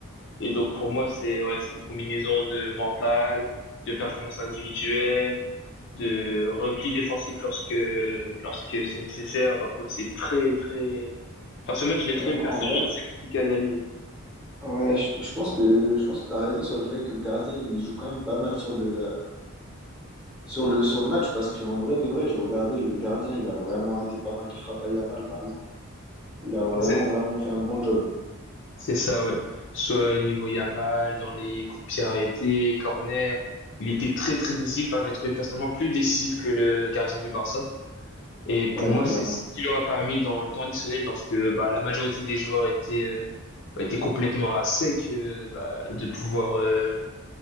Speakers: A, on the left; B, in the centre.
A: et donc pour moi, c'est ouais, c'est une combinaison de mental, de performance individuelle, de repli défensif lorsque, lorsque c'est nécessaire. Donc ouais, c'est très très... Enfin, ce match, je l'ai
B: Ouais,
A: trouvé
B: non,
A: personnellement
B: en vrai,
A: très compliqué à analyser.
B: ouais, je, je pense que je pense que t'as raison sur le fait que le gardien, il joue quand même pas mal sur le euh, Sur le, sur le match, parce qu'en vrai de vrai, j'ai regardé le gardien, il a vraiment été pas mal de frappes à Yamal, par exemple. Il a vraiment,
A: C'est
B: vraiment fait un bon job.
A: c'est ça, ouais. Soit niveau Yamal, dans les coups de pied arrêtés, corner, il était très très décisif. Enfin, je l'ai trouvé personnellement plus décisif que le gardien du Barça. Et pour
B: Ouais,
A: moi,
B: non, clairement.
A: c'est ce qui leur a permis dans le temps additionnel, lorsque bah, la majorité des joueurs étaient, euh, bah, étaient complètement à sec, euh, bah, de pouvoir, euh,